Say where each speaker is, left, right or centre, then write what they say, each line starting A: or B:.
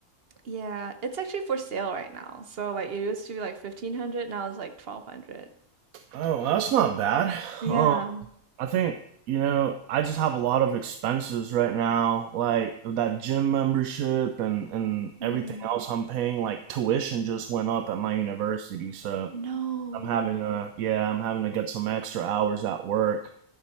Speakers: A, on the right; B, on the right.
A: yeah, it's actually for sale right now. So like it used to be like 1500, now it's like 1200.
B: Oh, that's not bad.
A: Yeah.
B: Um, I think you know I just have a lot of expenses right now, like that gym membership and and
A: Mm.
B: everything else I'm paying. Like tuition just went up at my university, so
A: No.
B: I'm having to yeah I'm having to get some extra hours at work